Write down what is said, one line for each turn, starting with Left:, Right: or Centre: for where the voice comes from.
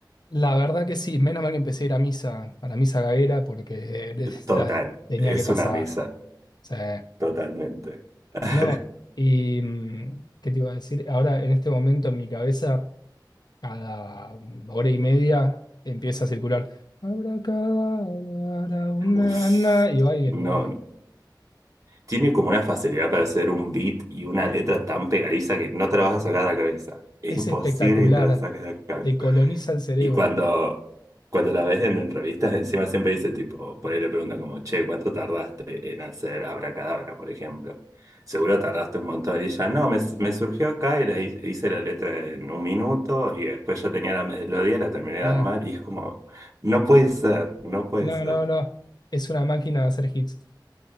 Left: La verdad que sí, menos mal que empecé a ir a misa, a la misa gaguera, porque
Right: <laughs>
Left: eh,
Right: Total,
Left: tenía
Right: es
Left: que pasar.
Right: una misa.
Left: O sea,
Right: Totalmente. <laughs>
Left: no, y mm, ¿qué te iba a decir? Ahora, en este momento en mi cabeza, cada hora y media empieza a circular. Abracadabra, una,
Right: Uf,
Left: na, y va y viene,
Right: no,
Left: va y viene.
Right: no. tiene como una facilidad para hacer un beat y una letra tan pegadiza que no te la vas a sacar de la cabeza. Es
Left: Es
Right: imposible
Left: espectacular,
Right: que te la saques de la cabeza.
Left: te coloniza el cerebro.
Right: Y cuando, cuando la ves en entrevistas, encima siempre dice tipo, por ahí le pregunta como, che, ¿cuánto tardaste en hacer Abracadabra, por ejemplo? Seguro tardaste un montón. Y ella, no, me, me surgió acá y la hi- hice la letra en un minuto y después ya tenía la melodía, la terminé de
Left: Ah,
Right: armar y es como, no puede ser, no puede
Left: no,
Right: ser.
Left: no, no, es una máquina de hacer hits.